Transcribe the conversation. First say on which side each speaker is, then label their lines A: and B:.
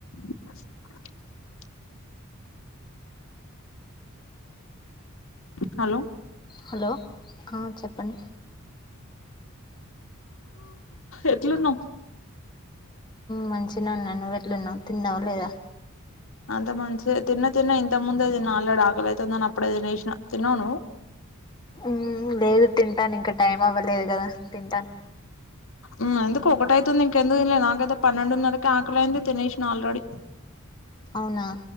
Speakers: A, on the left; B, on the left.
A: <inaudible> Hello
B: hello ఆ చెప్పండి
A: ఎట్లున్నవ్
B: మంచిగనే ఉన్నా నువ్వెట్లున్నవు తిన్నవా లేదా
A: అంత మంచిదె తిన్న తిన్న ఇంతకు ముందే తిన్న ఆల్రెడీ ఆకలయితుందని అప్పుడే దినేసినా తిన్నవా నువ్వు
B: మ్మ్ లేదు తింటానింక టైం అవ్వలేదు కదా తింటాను
A: ఉమ్ ఎందుకు ఒకటైతుంది ఇంకెందుకు తినలేదు నాకైతే పన్నెండున్నరకే ఆకలైంది తినేసిన ఆల్రెడీ
B: అవునా